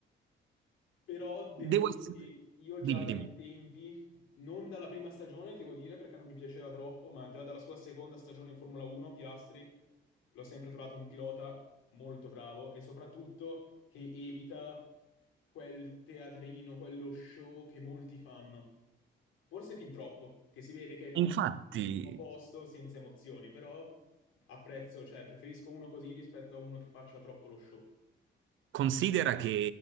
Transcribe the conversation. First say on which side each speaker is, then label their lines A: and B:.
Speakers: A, on the left; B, on the right.
A: Però devo
B: Devo
A: dire
B: essere...
A: che io
B: Dimmi,
A: già dai
B: dimmi.
A: tempi, non dalla prima stagione, devo dire perché non mi piaceva troppo, ma già dalla sua seconda stagione in Formula 1, Piastri, l'ho sempre trovato un pilota molto bravo e soprattutto che evita quel teatrino, quello show che molti fanno. Forse fin troppo, che si vede che è lì
B: Infatti,
A: sul primo posto senza emozioni, però apprezzo, cioè preferisco uno così rispetto a uno che faccia troppo lo show.
B: Considera che